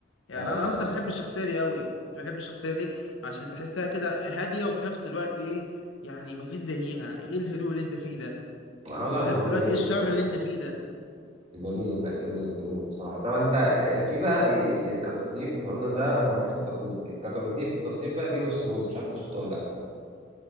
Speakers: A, on the left (about 80°); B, on the right (about 35°).
A: يعني
B: اه
A: انا اصلا
B: اه
A: بحب الشخصية دي قوي كنت بحب الشخصية دي عشان بحسها كده هادية وفي نفس الوقت ايه يعني مفيش زيها ايه الهدوء اللي انت فيه ده
B: آه،
A: وفي
B: لا لا
A: نفس
B: هو
A: الوقت
B: جميل
A: ايه الشر
B: بصراحة
A: اللي انت فيه ده
B: جميل لا جميل جميل بصراحة طبعا أنت آه، في بقى يعني كتصنيف احنا قلنا ده رقم واحد في التصنيف رقم اتنين في التصنيف بقى جيم اوف ثرونز مش عارف أنت شفته ولا